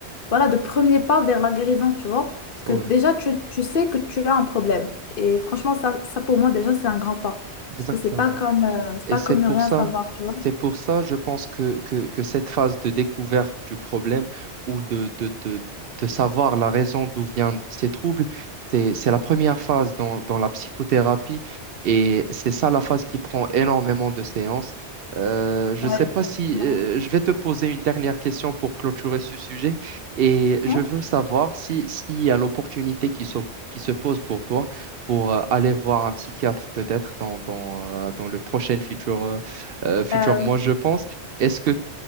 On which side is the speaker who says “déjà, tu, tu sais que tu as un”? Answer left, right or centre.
Left